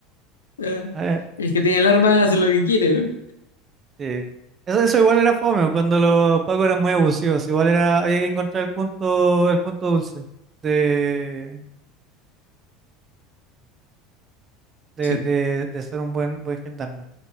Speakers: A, on the left; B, on the right.
A: Eh,
B: A ver,
A: El que tiene el arma hace lo que quiere.
B: sí. Eso, eso igual era fome, cuando los pacos eran muy abusivos. Igual era, había que encontrar el punto, el punto dulce de, de,
A: Sí.
B: de, de ser un buen, buen gendarme.